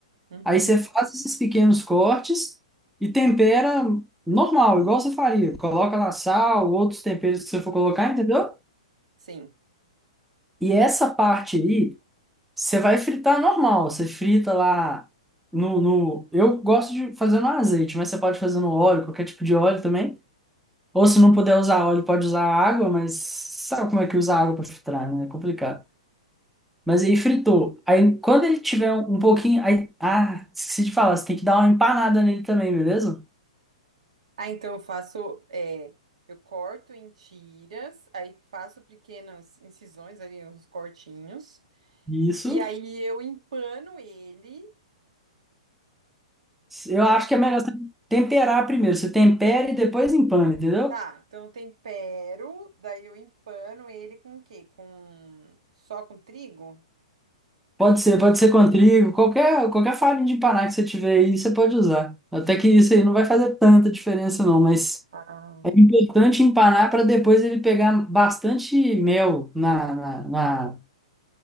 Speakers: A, on the right; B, in the centre.
A: Uhum.
B: Aí você faz esses pequenos cortes e tempera normal, igual você faria. Coloca lá sal, outros temperos que você for colocar, entendeu?
A: Sim.
B: E essa parte aí você vai fritar normal, você frita lá no, no... Eu gosto de fazer no azeite, mas você pode fazer no óleo, qualquer tipo de óleo também. Ou se não puder usar óleo, pode usar água, mas sabe como é que usa água para fritar, né? É complicado. Mas aí fritou. Aí quando ele tiver um um pouquinho... Aí... Ah, esqueci de falar, você tem que dar uma empanada nele também, beleza?
A: Ah, então eu faço, é, eu corto em tiras, aí faço pequenas incisões ali, uns cortinhos,
B: Isso.
A: e aí eu empano ele,
B: Eu
A: e
B: acho
A: aí,
B: que é melhor você temperar primeiro. Você tempera e depois empana, entendeu?
A: tá, então eu tempero, daí eu empano ele com o quê? Com, só com trigo?
B: Pode ser, pode ser com trigo, qualquer, qualquer farinha de paná que você tiver aí, você pode usar. Até que isso aí não vai fazer tanta diferença não, mas
A: Ah,
B: é importante empanar para depois ele pegar bastante mel na, na, na,